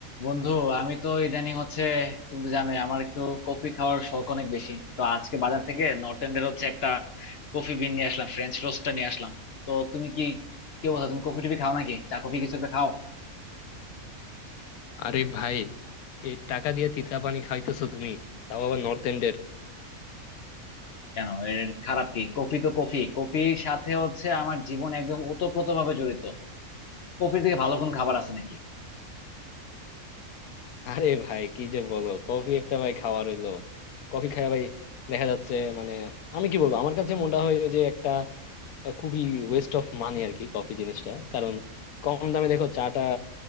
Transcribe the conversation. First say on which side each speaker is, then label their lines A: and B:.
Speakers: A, on the left; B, on the left.
A: বন্ধু আমি তো ইদানিং হচ্ছে তুমি তো জানোই আমার একটু কফি খাওয়ার শখ অনেক বেশি তো আজকে বাজার থেকে নর্থ এন্ডের হচ্ছে একটা কফি বিন নিয়ে আসলাম ফ্রেঞ্চ রোস্টটা নিয়ে আসলাম তো তুমি কি কি অবস্থা তুমি কফি টফি খাও নাকি চা কফি কিছু একটা খাও
B: আরে ভাই এই টাকা দিয়ে তিতা পানি খাইতেছো তুমি তাও আবার নর্থ এন্ডের
A: কেন এর খারাপ কি কফি তো কফি কফির সাথে হচ্ছে আমার জীবন একদম ওতপ্রোত ভাবে জড়িত কফির থেকে ভালো কোন খাবার আছে নাকি
B: আরে ভাই কি যে বলো কফি একটা ভাই খাওয়া রইলো কফি খায় ভাই দেখা যাচ্ছে মানে আমি কি বলবো আমার কাছে মনে হয় যে একটা আহ, খুবই ওয়েস্ট অফ মানি আর কি কফি জিনিসটা কারণ কম দামে দেখো চাটা